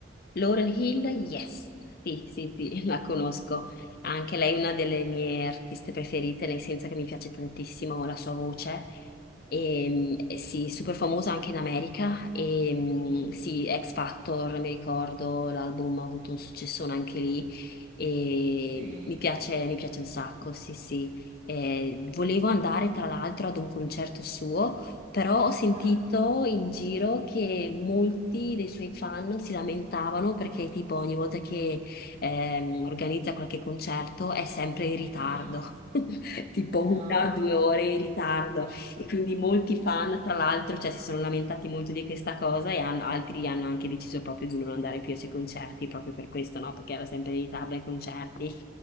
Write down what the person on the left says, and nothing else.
Laurel Hill, yes, sì, sì, sì, <laughs> la conosco. Anche lei è una delle mie artiste preferite, nel senso che mi piace tantissimo la sua voce. E, mh, sì, super famosa anche in America. E, mh,
sì, X Factor, mi ricordo, l'album ha avuto un successone anche lì. E
mi piace, mi piace un sacco, sì, sì. Eh, volevo andare tra l'altro ad un concerto suo però ho sentito
in giro che molti dei suoi fan si lamentavano perché tipo ogni volta che ehm, organizza qualche concerto è sempre in ritardo,
<laughs> tipo
una o due ore in ritardo. E quindi molti fan, tra l'altro, cioè, si sono lamentati molto di questa cosa e hanno- altri hanno anche deciso proprio di non andare più ai suoi concerti proprio per questo, no? Perché era sempre in ritardo ai concerti.